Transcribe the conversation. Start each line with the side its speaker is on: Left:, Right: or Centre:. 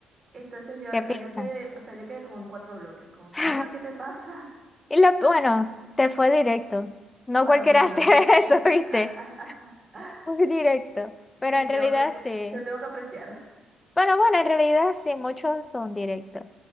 Right: Entonces yo,
Left: que
Right: o
Left: piensan.
Right: sea, yo quedé, o sea, yo quedé como en cuatro bloques, como
Left: <laughs>
Right: que, mi mamá, ¿qué te pasa?
Left: Y lo,
Right: <laughs>
Left: bueno, te fue directo. No
Right: Por
Left: cualquiera
Right: lo menos.
Left: hace <laughs> eso,
Right: <laughs>
Left: ¿viste? Muy directo. Pero
Right: Sí,
Left: en
Right: tengo
Left: realidad
Right: que,
Left: sí.
Right: se lo tengo que apreciar.
Left: Bueno, bueno, en realidad sí, muchos son directos